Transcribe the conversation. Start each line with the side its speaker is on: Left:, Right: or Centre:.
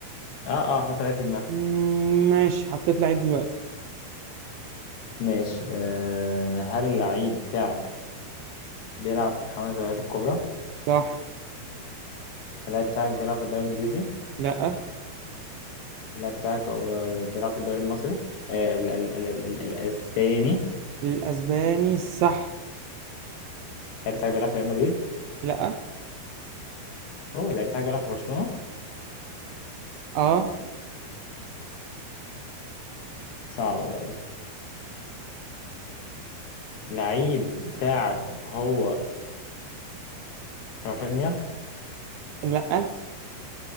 Left: اه اه حط عليها في دماغك
Right: مم، ماشي حطيت لعيب دلوقتي
Left: ماشي آه هل اللعيب بتاعك بيلعب في الخمس دوريات الكبرى؟
Right: صح
Left: اللاعب بتاعك بيلعب في الدوري الانجليزي؟
Right: لا
Left: اللاعب بتاعك و- وبيلعب في الدوري المصري؟ آه ال ال ال ال الاسباني؟ اللاعب
Right: الاسباني صح
Left: بتاعك بيلعب في ريال مدريد؟
Right: لا
Left: اوه اللاعب بتاعك بيلعب في برشلونه؟
Right: اه
Left: صعبه بقى دي لعيب بتاعك هو رافينيا
Right: لا